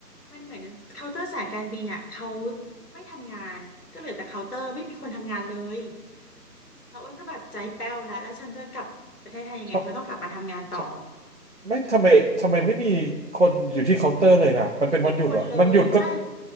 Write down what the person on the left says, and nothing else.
มันเหมือนเคาน์เตอร์สายการบินอ่ะเขาไม่ทำงานก็เหลือแต่เคาน์เตอร์ไม่มีคนทำงานเลยแล้วอ้นก็แบบใจแป้วแล้วแล้วฉันจะกลับประเทศไทยยังไงเพราะต้องกลับมาทำงานต่อ
ไม่มีคนเลยไม่